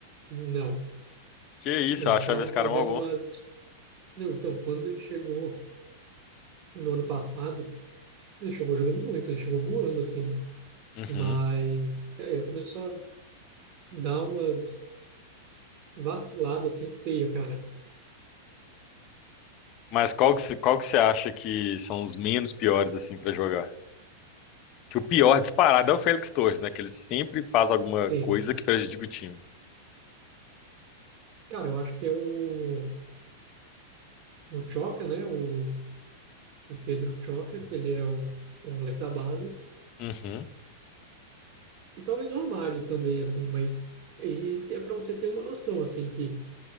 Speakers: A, on the right (about 40°); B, on the left (about 40°).
A: não.
B: Que isso,
A: Ele
B: eu achava
A: estava
B: esse cara
A: fazendo
B: mó bom.
A: umas. Não, então, quando ele chegou no ano passado, ele chegou jogando muito, ele chegou voando, assim.
B: Uhum.
A: Mas cara, ele começou a dar umas vaciladas, assim, feia, cara.
B: Mas qual que, cê- qual que você acha que são os menos piores, assim, pra jogar? Que o pior disparado é o Félix Torres, né? Que ele sempre faz alguma
A: Sim.
B: coisa que prejudica o time.
A: Cara, eu acho que é o. O Choca, né? O o Pedro Choca, que ele é, o, é um moleque da base,
B: Uhum,
A: e talvez o Romário também, assim, mas é isso que é para você ter uma noção, assim, que